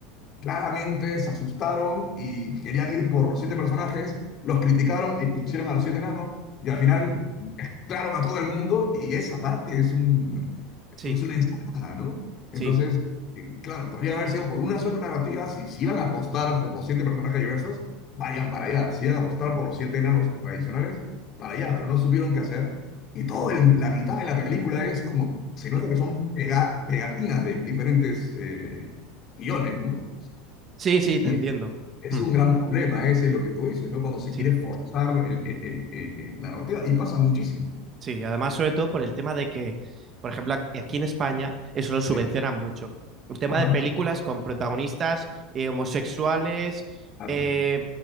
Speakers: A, on the left; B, on the right.
A: Claramente se asustaron y querían ir por los siete personajes, los criticaron y pusieron a los siete enanos y al final
B: Ujú,
A: claro a todo el mundo y esa parte es un, es
B: Sí.
A: una ensalada, ¿no? Entonces,
B: Sí.
A: eh, claro, podría haber sido por una sola narrativa, si, si iban a apostar por los siete personajes diversos, vayan para allá, si iban a apostar por los siete enanos tradicionales, para allá, pero no supieron qué hacer y todo en la mitad de la película es como, se
B: <clears throat>
A: nota que son pega- pegatinas de diferentes eh, guiones, ¿no?
B: Sí, sí, te
A: Y
B: entiendo.
A: es
B: Hmm,
A: un gran problema ese lo que tú dices, ¿no? Cuando se
B: Sí.
A: quiere forzar el- eh, eh, eh, eh, la narrativa, y pasa muchísimo.
B: Sí, además, sobre todo por el tema de que, por ejemplo, ac- aquí en España eso lo subvencionan
A: Sí.
B: mucho. El tema
A: Ajá,
B: de películas con protagonistas eh, homosexuales,
A: claro,
B: eh,